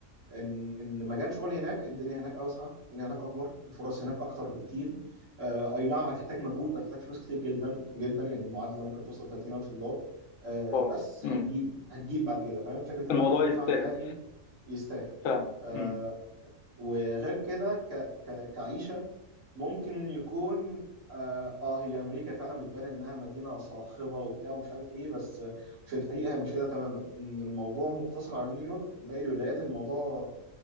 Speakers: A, on the right (about 65°); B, on the left (about 80°).
A: ان ان مجال شغلي هناك الدنيا هناك اوسع الدنيا هناك اكبر الفرص هناك اكتر بكتير آه اي نعم هتحتاج مجهود وهتحتاج فلوس كتير جدا جدا يعني المعادله ممكن توصل 30000 دولار آه
B: اه
A: بس هتجيب
B: امم
A: هتجيب بعد كده فاهم فكره لو
B: الموضوع
A: انت هتدفع
B: يستاهل
A: هتلاقي يستاهل
B: فعلا
A: آه،
B: امم
A: وغير كده ك... ك... كعيشة ممكن يكون آه, آه هي أمريكا فعلا بتبان إنها مدينة صاخبة وبتاع ومش عارف إيه بس في الحقيقة هي مش كده تماما إن الموضوع مقتصر على نيويورك باقي الولايات الموضوع